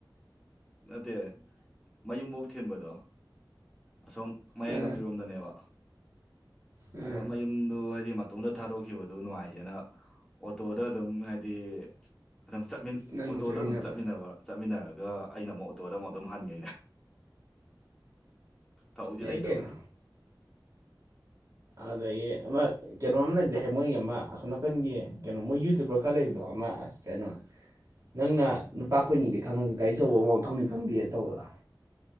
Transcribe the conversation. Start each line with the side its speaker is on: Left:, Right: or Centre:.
Centre: ꯅꯠꯇꯦ ꯃꯌꯨꯝꯕꯣꯛ ꯊꯤꯟꯕꯗꯣ ꯑꯁꯣꯝ ꯃꯌꯥꯏ
Right: ꯑꯥ
Centre: ꯂꯝꯕꯤꯔꯣꯝꯗꯅꯦꯕ
Right: ꯑꯥ
Centre: ꯑꯗ ꯃ ꯌꯨꯝꯗꯨ ꯍꯥꯏꯗꯤ ꯃꯇꯨꯡꯗ ꯊꯥꯗꯣꯛꯈꯤꯕꯗꯨ ꯅꯨꯡꯉꯥꯏꯇꯦꯅ ꯑꯣꯇꯣꯗ ꯑꯗꯨꯝ ꯍꯥꯏꯗꯤ ꯑꯗꯨꯝꯠ
Right: ꯅꯪ
Centre: ꯑꯣꯇꯣꯗꯣ
Right: ꯂꯨꯖꯃꯤꯟꯅꯕ
Centre: ꯑꯗꯨꯝꯠꯃꯤꯟꯅꯕ ꯆꯠꯃꯤꯟꯅꯔꯒ ꯑꯩꯅ ꯑꯃꯨꯛ ꯑꯣꯇꯣꯗ ꯑꯃꯨꯛ ꯑꯗꯨꯝ ꯍꯟꯒꯦꯅꯦ ꯊꯥꯎꯖꯤ
Right: ꯌꯥꯏ
Centre: ꯂꯩ ꯇꯕꯗꯤꯦ
Right: ꯀꯩꯅꯣ ꯑꯗꯌꯦ ꯑꯃ ꯀꯩꯅꯣꯝ ꯂꯩꯗꯍꯦꯛ ꯃꯣꯏꯒꯤ ꯑꯃ ꯑꯁꯣꯝ ꯅꯥꯀꯟꯒꯤ ꯀꯩꯅꯣ ꯃꯣꯏ ꯌꯨꯇꯌꯨꯕꯔ ꯈꯔ ꯂꯩꯕꯗꯣ ꯑꯃ ꯑꯁ ꯀꯩꯅꯣ ꯅꯪꯅ ꯅꯨꯄꯥ ꯀꯣꯏꯅꯤꯗꯤ ꯈꯪꯉꯒ ꯒꯥꯔꯤꯆꯧꯕ ꯑꯃꯃꯊꯧꯅꯤ ꯈꯪꯗꯦ ꯇꯧꯕꯗ